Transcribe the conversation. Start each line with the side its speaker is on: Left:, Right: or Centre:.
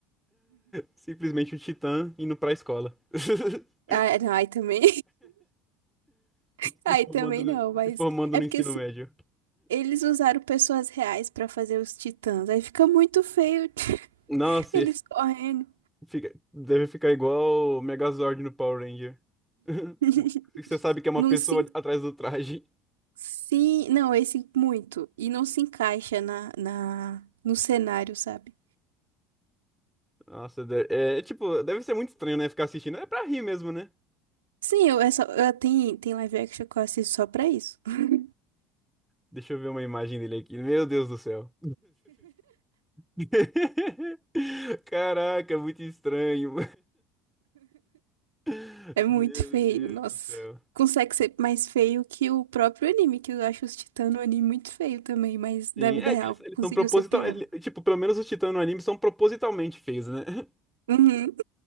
Centre: simplesmente o Titã indo pra escola. <laughs>
Right: Ah, não, aí também. <laughs> Aí
Centre: Se formando,
Right: também
Centre: no-
Right: não, mas.
Centre: se formando
Right: É
Centre: no
Right: porque
Centre: ensino
Right: assim,
Centre: médio.
Right: eles usaram pessoas reais pra fazer os titãs. Aí fica muito feio
Centre: Nossa,
Right: <laughs> eles
Centre: ia
Right: correndo.
Centre: fica- deve ficar igual o Megazord no Power Ranger. <laughs>
Right: <laughs>
Centre: Você sabe que é uma
Right: Não
Centre: pessoa
Right: se. en-
Centre: atrás do traje.
Right: Sim, não, esse muito. E não se encaixa na, na, no cenário, sabe?
Centre: Nossa, de- é, tipo, deve ser muito estranho, né? Ficar assistindo. É pra rir mesmo, né?
Right: Sim, eu, é só, eu tem, tem live action que eu assisto só pra isso. <laughs>
Centre: Deixa eu ver uma imagem dele aqui. Meu Deus do céu. <laughs> Caraca, é muito estranho. <laughs>
Right: É muito
Centre: Meu
Right: feio,
Centre: Deus
Right: nossa.
Centre: do céu.
Right: Consegue ser mais feio que o próprio anime, que eu acho os Titãs no anime muito feio também, mas da
Centre: Sim,
Right: vida
Centre: é
Right: real
Centre: que eles, eles
Right: conseguiu
Centre: são proposital.
Right: ser pior.
Centre: ele- Tipo, pelo menos os titãs no anime são propositalmente feios, né? <laughs>
Right: Uhum.